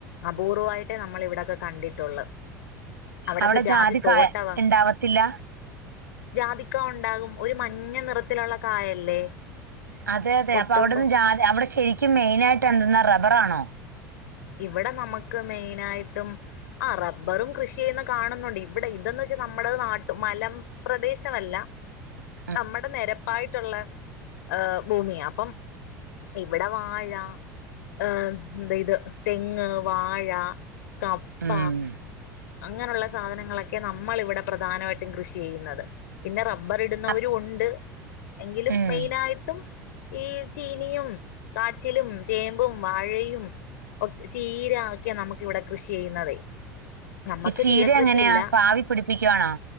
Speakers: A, on the left; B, on the right.
A: അപൂർവമായിട്ടേ നമ്മള് ഇവിടെയൊക്കെ കണ്ടിട്ടൊള്ളു അവിടൊക്കെ
B: അവിടെ
A: ജാതി തോട്ടവാ
B: കായ ഉണ്ടാവത്തില്ല
A: ജാതിക്ക ഉണ്ടാകും ഒരു മഞ്ഞ നിറത്തിലുള്ള കായല്ലേ?
B: അതെ അതെ
A: പൊട്ടുമ്പോ
B: അപ്പൊ അവിടെന്ന് ജാ അവിടെ ശരിക്കും മെയിനായിട്ട് എന്തെന്നാ റബ്ബറാണോ?
A: ഇവടെ നമുക്ക് മെയിനായിട്ടും ആഹ് റബ്ബറും കൃഷി ചെയ്യുന്ന കാണുന്നുണ്ട് ഇവിടെ ഇതെന്ന് വെച്ചാ നമ്മുടെ നാട്ടും മല പ്രദേശവല്ല
B: <inaudible>
A: നമ്മടെ നെരപ്പായിട്ടുള്ള ഏഹ് ഭൂമിയാ അപ്പം ഇവിടെ വാഴ, ഏം എന്ത ഇത് തെങ്ങ്, വാഴ കപ്പ
B: ഉം
A: അങ്ങനുള്ള സാധനങ്ങളൊക്കെ നമ്മള് ഇവിടെ പ്രധാനമായിട്ടും കൃഷി ചെയ്യുന്നത് പിന്നെ റബ്ബ ർ ഇടുന്നവരും
B: അപ്
A: ഉണ്ട് എങ്കിലും
B: ഉം
A: മെയിനായിട്ടും ഈ ചീനിയും, കാച്ചിലും, ചേമ്പും, വാഴയും ചീര ഒക്കെയാ നമുക്ക് ഇവിടെ കൃഷി ചെയ്യുന്നതേ നമ്മക്ക്
B: ഈ ചീര
A: കൃഷിയില്ല
B: എങ്ങനെയാ പാവി പിടിപ്പിക്കുവാണോ?